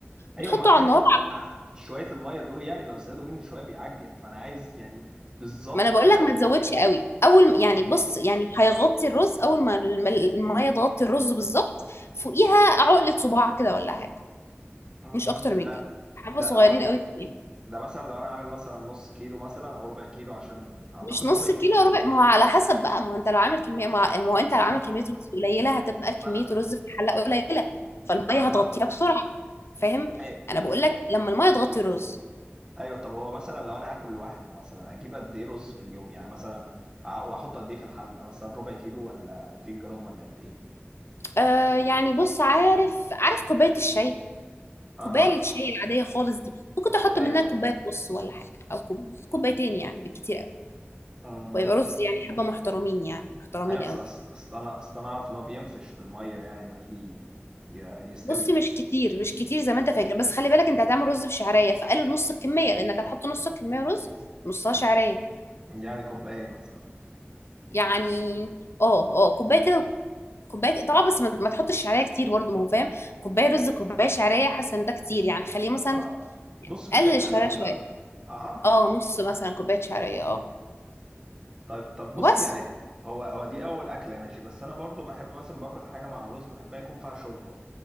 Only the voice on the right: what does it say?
ايوه
مع حته
مع شويه الميه دول يعني لو زادوا مني شويه بيعجن فانا عايز يعني بالظبط
يعني
مهم.
مهم.
لا
ده
ده مثلا لو انا عامل مثلا نص كيلو مثلا او ربع كيلو عشان اعتقد
ربع كيلو
رز كتير
لا
ما
ما انا
اها
أي...
ايوه طب هو مثلا لو انا هاكل لوحدي مثلا اجيب قد ايه رز في اليوم يعني مثلا أع- واحط قد ايه في الحله مثلا ربع كيلو ولا 200 جرام ولا قد ايه
اها
ايوه
اها
ايوه اصل
أص... أصل انا اصل انا اعرف ان هو بينفش في الميه يعني ما يجي ي... يستوي
يعني كوبايه مثلا
اه نص كوبايه
شعريه مثلا
اها
طيب طب بصي
يعني هو هو دي اول اكله ماشي بس انا برضو بحب مثلا باكل حاجه مع الرز بحبها يكون فيها شوربه